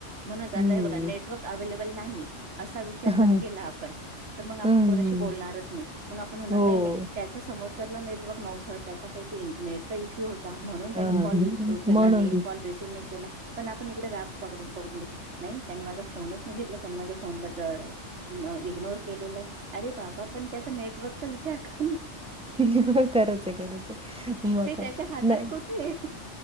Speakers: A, on the right; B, in the centre.
A: म्हणूनच आता
B: हं.
A: हे बघा नेटवर्क अवेलेबल नाहीये असा विचार
B: हं,
A: जर केला आपण तर मग आपण
B: हं.
A: कोणाशी बोलणारच नाही मग आपण म्हणारही
B: हो.
A: नाही त्याचं समोरच्यातला नेटवर्क नव्हतं त्याचा काही नेटचा इश्यू होता म्हणून त्यानी
B: हां.
A: कॉल एक उचलला
B: म्हणून
A: नाही एक कॉल रिसीव्ह नाही केला पण आपण इकडे राग पकडून पकडुन बसु नाही त्यांने माझा फोनच नाही घेतला त्यांनी माझ्या फोन न इग्नोर केलेलास अरे दादा पण त्याचा नेटवर्कचा विचार कर
B: हं हं हं खरचं आहे खरचं आहे मग
A: ते
B: काय
A: त्याच्या हातात
B: नाही
A: कुठे आहे